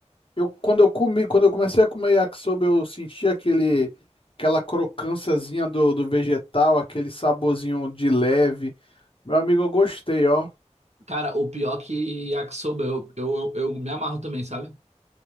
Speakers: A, on the left; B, on the right.
A: eu quando eu comi, quando eu comecei a comer yakisoba, eu senti aquele aquela crocânciazinha do, do vegetal, aquele saborzinho de leve. Meu amigo, eu gostei, ó.
B: Cara, o pior que yakisoba, eu, eu, eu me amarro também, sabe?